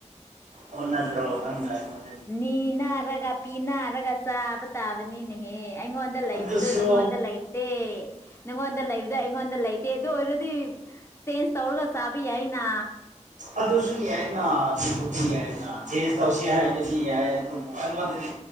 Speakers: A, on the right; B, on the left.
A: ꯑꯣꯟꯅꯗ꯭ꯔꯣ ꯅꯪꯅ ꯑꯩꯉꯣꯟ
B: ꯅꯤꯅꯥꯔꯒ ꯄꯤꯅꯥꯔꯒ ꯆꯥꯕ ꯇꯥꯕꯅꯤꯅꯦꯍꯦ ꯑꯩꯉꯣꯟ ꯗ ꯂꯩꯕꯗꯨ
A: ꯑꯗꯨꯁꯨ
B: ꯅꯪꯉꯣꯟꯗ ꯂꯩꯇꯦ ꯅꯪꯉꯣꯟꯗ ꯂꯩꯕꯗ ꯑꯩꯉꯣꯟꯗ ꯂꯩꯇꯦ ꯑꯗꯨ ꯑꯣꯏꯔꯗꯤ ꯆꯦꯟꯖ ꯇꯧꯔꯒ ꯆꯥꯕ ꯌꯥꯏꯅꯥ
A: ꯑꯗꯨꯁꯨ ꯌꯥꯏꯅ ꯑꯗꯨꯕꯨꯗꯤ ꯌꯥꯏꯅ ꯆꯦꯟꯖ ꯇꯧꯁꯤ ꯍꯥꯏꯔꯒꯗꯤ ꯌꯥꯏ ꯑꯗꯨꯕꯨ ꯑꯩꯉꯣꯟꯗꯗꯤ